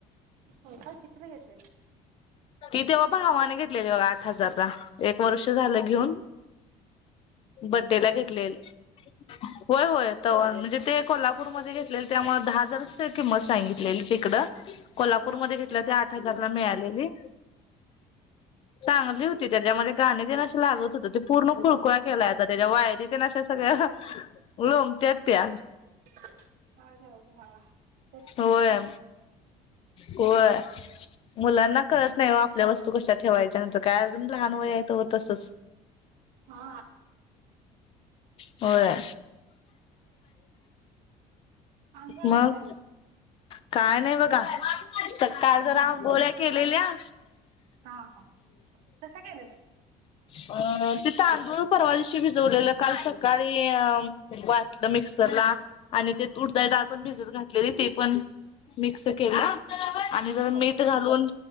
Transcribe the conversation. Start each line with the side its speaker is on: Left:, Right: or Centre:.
Right: हो का किती ला घेतलंय
Left: कि तेव्हा भावाने घेतलेली बघा आठ हजारला एक वर्ष झालं घेऊन- बर्थडे ला घेतलेलं - होय होय तव्हा म्हणजे ते कोल्हापूरमध्ये घेतलेले त्यामुळे दहा हजार किंमत सांगितलेली तिकडं कोल्हापूरमध्ये
Right: हा
Left: घेतलं ते आठ हजारला मिळालेली चांगली होती त्याच्यामध्ये गाणी पण असे लागत होतं ते पूर्ण खुळकुळा केला आता त्याच्या वायरी ते अशा सगळ्या <unintelligible> लोमत्याय त्या
Right: अ हा <inaudible>
Left: होय होय मुलांना कळत नाही वा आपल्या वस्तु कशा ठेवायच्यांत काय अजून लहान वय आहे त तसच
Right: हा
Left: <inaudible> होय
Right: आणि काय
Left: मग
Right: म्हणताय
Left: काय नाही बघा सकाळ जरा
Right: झोपलीच
Left: गोळ्या
Right: आहे
Left: केलेल्या <unintelligible>
Right: हा हा कशा केलेल्या
Left: अ ते तांदुळ परवा दिवशी भिजवलेलं काल सकाळी वाटलं मिक्सरला आणि ते तुरडाळ पण भिजत घातलेली ते पण मिक्स केलं <inaudible> आणि जर मीठ
Right: बर
Left: घालून